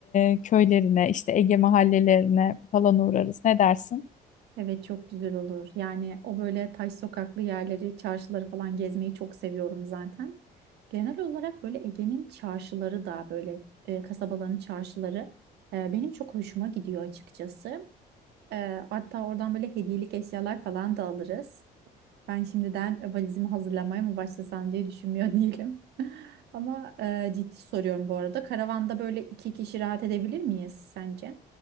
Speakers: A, on the left; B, on the right.
A: e, köylerine, işte Ege mahallelerine falan uğrarız. Ne dersin?
B: Evet çok güzel olur. Yani o böyle taş sokaklı yerleri, çarşıları falan gezmeyi çok seviyorum zaten. Genel olarak böyle Ege'nin çarşıları da böyle e, kasabaların çarşıları e, benim çok hoşuma gidiyor açıkçası. E, hatta oradan böyle hediyelik eşyalar falan da alırız. Ben şimdiden e, valizimi hazırlamaya mı başlasam diye düşünmüyor <laughs> değilim. Ama e, ciddi soruyorum bu arada. Karavanda böyle iki kişi rahat edebilir miyiz sence?